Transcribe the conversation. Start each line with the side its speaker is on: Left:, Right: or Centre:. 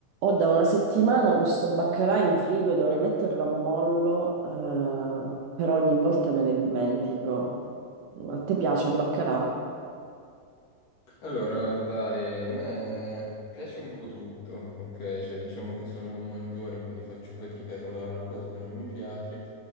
Right: Ho da una settimana questo baccalà in frigo, dovrei metterlo a mollo, eh, però ogni volta me ne dimentico. A te piace il baccalà?
Left: Allora, guarda, Ale, a me piace un po' tutto, ok? Cioè, diciamo che sono un mangione, quindi faccio fatica a trovare una cosa che non mi piace.